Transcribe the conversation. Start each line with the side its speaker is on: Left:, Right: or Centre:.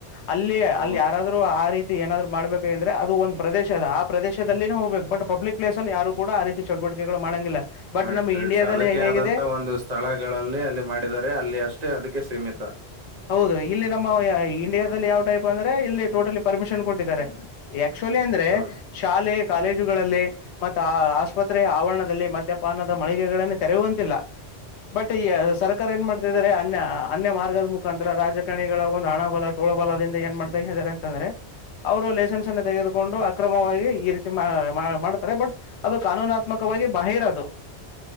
Left: ಅಲ್ಲಿ
Right: ಹೋ
Left: ಅಲ್ಲಿ
Right: ಹೋ
Left: ಯಾರಾದ್ರೂ ಆ ರೀತಿ ಏನಾದ್ರು ಮಾಡ್ಬೇಕುಂದ್ರೆ ಅದು ಒಂದು ಪ್ರದೇಶ ಅದ ಆ ಪ್ರೇಶದಲ್ಲಿನೆ ಹೋಗ್ಬೇಕ ಬಟ್ ಪಬ್ಲಿಕ್ ಪ್ಲೇಸ್ಲ್ಲಿ ಯಾರು ಕೂಡ ಆ ರೀತಿ ಚವ್ ಟಿಕೆಗಳು ಮಾಡಂಗಿಲ್ಲ ಬಟ್
Right: ರೈಟ್
Left: ನಮ್ಮ
Right: ರೈಟ್
Left: ಇಂಡಿಯಾದಲ್ಲಿ
Right: ಅದಕ್ಕೆ
Left: ಹೇಗಿದೆ
Right: ಆದಂತ ಒಂದು ಸ್ಥಳಗಳಲ್ಲಿ ಅಲ್ಲಿ ಮಾಡಿದಿದ್ದಾರೆ ಅಲ್ಲಿ ಅಷ್ಟೇ ಅದಕ್ಕೆ ಸೀಮಿತ ಹ
Left: ಹೌದು ಇಲ್ಲಿ ನಮ್ಮ ಯ- ಇಂಡಿಯಾದಲ್ಲಿ ಯಾವ್ ಟೈಪ್ ಅಂದ್ರೆ ಇಲ್ಲಿ ಟೋಟಲಿ ಪರ್ಮಿಷನ್ ಕೊಟ್ಟಿದ್ದಾರೆ ಯ ಕ್ಚುಲಿ ಅಂದ್ರೆ
Right: ಹೌದು
Left: ಶಾಲೆ ಕಾಲೇಜುಗಳಲ್ಲಿ ಮತ ಆಸ್ಪತ್ರೆ ಆವರಣದಲ್ಲಿ ಮಧ್ಯ ಪಾನದ ಮಳಿಗೆಗಳನ್ನ ತೆರೆಯುವಂತಿಲ್ಲ ಬಟ್ ಈ ಸರ್ಕಾರ ಏನ್ ಮಾಡ್ತಿದ್ದಾರೆ ಅನ್ಯ ಅನ್ಯ ಮಾರ್ಗದ ಮುಖಾಂತರ ರಾಜಕಾರಣಿಗಳ ಒಂದು ಹಣಬಲ ತೋಳಬಲದಿಂದ ಏನ್ ಮಾಡ್ತಾ ಹೇಳಾರೆ ಅಂತಂದ್ರೆ ಅವರು ಲೈಸೆನ್ಸ್ ಅನ್ನು ತೆಗೆದುಕೊಂಡು ಅಕ್ರಮವಾಗಿ ಈ ರೀತಿ ಮಾಡ್ತಾರೆ ಬಟ್ ಅದು ಕಾನೂನಾತ್ಮಕವಾಗಿ ಬಾಹೀರ ಅದು